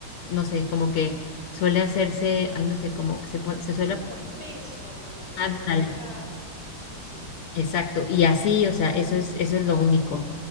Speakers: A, on the left; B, on the left.
A: no sé, como que suele hacerse, ay, no sé, como que se, pone- se suele
B: Sí, como espeso, como que
A: Ándale,
B: larga. Sí, sí.
A: exacto. Y así, o sea, eso es, eso es lo único.